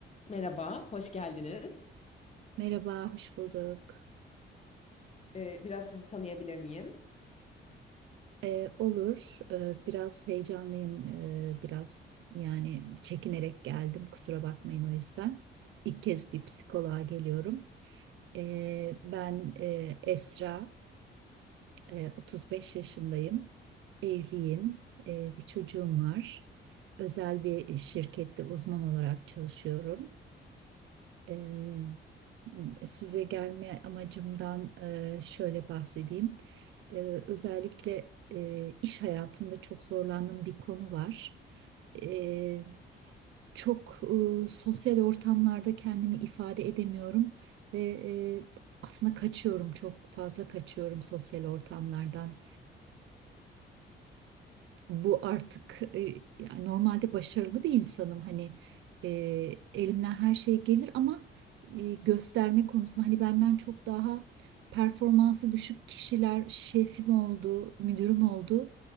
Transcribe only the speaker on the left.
Merhaba, hoş geldiniz.
Ee, biraz sizi tanıyabilir miyim?